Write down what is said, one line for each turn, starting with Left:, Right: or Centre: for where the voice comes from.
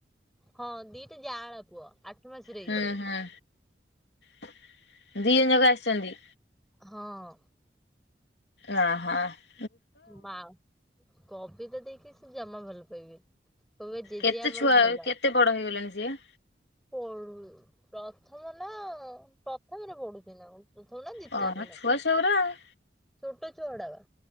Centre: ହଁ ଦିଟା ଜାଳ ପୁଅ ଆଠ ମାସରେ ହେଇଥିଲା।
Left: ହୁଁ ହୁଁ ଦି ଜଣ ଜକ ଆସିଛନ୍ତି।
Centre: ହଁ
Left: ଓହୋ
Centre: ମା କପି ତ ଦେଇକି ସେ ଜମା ଭଲ ପାଇବି। କବେ ଜେଜେ
Left: କେତେ
Centre: ଆମର
Left: ଛୁଆ
Centre: ଭଲ
Left: କେତେ ପଡଙ୍ଗଗଲେଣି ସିଏ।
Centre: ପଢୁ ପ୍ରଥମ ନା ପ୍ରଥମରେ ପଡୁଛି ନା କ ତଁ ଥ ନା ଦି
Left: କଣ
Centre: ଓେ ନ
Left: ଛୁଆ ସେଗୁରା ଆଉ।
Centre: ଛୋଟ ଛୁଆଡା ବା